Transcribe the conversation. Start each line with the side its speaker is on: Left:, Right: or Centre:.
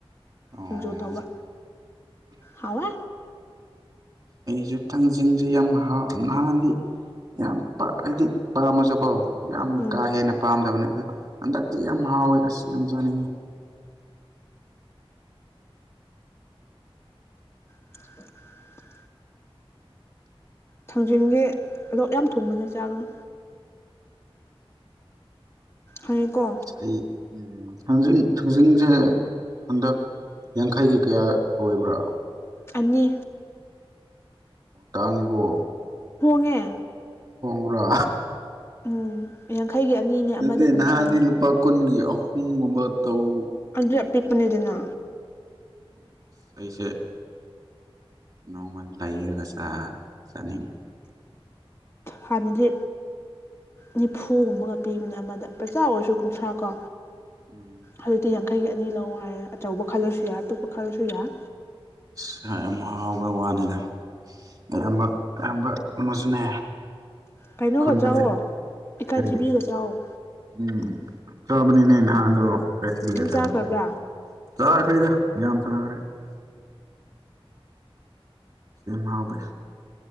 Right: ꯑꯣ
Left: ꯁꯤꯡꯖꯨ ꯊꯧꯕ ꯍꯥꯎꯋꯦ
Right: ꯑꯩꯁꯨꯦ ꯊꯥꯡꯖꯤꯡꯁꯦ ꯌꯥꯝ ꯍꯥꯎ ꯅꯍꯥꯟꯅꯤ ꯌꯥꯝ ꯑꯩꯗꯤ ꯄꯥꯝꯃꯁꯨꯀꯣ ꯌꯥꯝ
Left: ꯎꯝ
Right: ꯀꯥ ꯍꯦꯟꯅ ꯄꯥꯝꯗꯕꯅꯦ ꯑꯗꯣ ꯍꯟꯗꯛꯇꯤ ꯌꯥꯝ ꯍꯥꯎꯋꯦ ꯑꯁꯤ ꯌꯥꯝ ꯆꯥꯅꯤꯡꯉꯤ
Left: <inaudible> ꯊꯥꯡꯖꯤꯡꯗꯤ ꯂ‌ꯣꯛ ꯌꯥꯝ ꯊꯨꯡꯕꯅꯦ ꯆꯥꯒꯅꯨ ꯍꯥꯏꯀꯣ
Right: ꯑꯁ ꯑꯩ ꯊꯥꯡꯖꯤꯡ ꯊꯥꯡꯖꯤꯡꯁꯦ ꯍꯟꯗꯛ ꯌꯥꯡꯈꯩꯒꯤ ꯀꯌꯥ ꯑꯣꯏꯕ꯭ꯔꯥ
Left: ꯑꯅꯤ
Right: ꯀꯥꯡ ꯏꯕꯣ
Left: ꯍꯣꯡꯉꯦ
Right: ꯀꯣꯡꯒ꯭ꯔꯣ
Left: ꯎꯝ ꯌꯥꯡꯈꯩꯒꯤ ꯑꯅꯤꯅꯦ
Right: ꯅꯠꯇꯦ
Left: ꯑꯃꯗ ꯀꯨꯟꯊ꯭ꯔꯥꯅꯦ
Right: ꯅꯍꯥꯟꯗꯤ ꯂꯨꯄꯥ ꯀꯨꯟꯒꯤ ꯑꯍꯨꯝꯒꯨꯝꯕ ꯇꯧ
Left: ꯑꯗꯨ ꯑꯄꯤꯛꯄꯅꯦꯗꯅ
Right: ꯎꯝ ꯑꯁ ꯑꯩꯁꯦ ꯅꯣꯡꯃ ꯂꯩꯔꯒ ꯆꯥꯅꯤꯡꯉꯤ
Left: ꯍꯥꯟꯅꯗꯤ ꯅꯤꯐꯨꯒꯨꯝꯕꯒ ꯄꯤꯕꯅꯦ ꯑꯃꯗ ꯄ꯭ꯔꯖꯥ ꯑꯣꯏꯔꯁꯨ ꯀꯨꯟꯊ꯭ꯔꯥ ꯀꯣ
Right: <inaudible>
Left: ꯍꯧꯛꯇꯤ ꯌꯥꯡꯈꯩꯒꯤ ꯑꯅꯤ ꯂꯧ ꯍꯥꯏꯔꯦ ꯑꯆꯧꯕ ꯈꯜꯂꯁꯨ ꯌꯥ ꯑꯄꯤꯛꯄ ꯈꯜꯂꯁꯨ ꯌꯥ
Right: ꯏꯁꯥ ꯌꯥꯝ ꯍꯥꯎꯕ ꯋꯥꯅꯤꯗ ꯑꯌꯥꯝꯕ ꯑꯌꯥꯝꯕ ꯑꯃꯁꯨꯅꯦ
Left: ꯀꯩꯅꯣꯒ
Right: ꯈꯨꯟꯗ
Left: ꯆꯥꯎꯋꯣ
Right: ꯂꯩ
Left: ꯏꯀꯥꯏ
Right: ꯀꯔꯤ
Left: ꯊꯤꯕꯤꯒ ꯆꯥꯛꯣ
Right: ꯎꯝ ꯆꯕꯅꯤꯅꯦ ꯅꯍꯥꯟꯗꯣ ꯀꯩꯁꯤꯒ
Left: ꯅꯪ
Right: ꯆꯕꯅꯤ
Left: ꯆꯥꯈ꯭ꯔꯕ꯭ꯔꯥ
Right: ꯆꯥꯈ꯭ꯔꯦꯗ ꯌꯥꯝ ꯆꯥꯈ꯭ꯔꯦ ꯁꯤ ꯌꯥꯝ ꯍꯥꯎꯋꯤ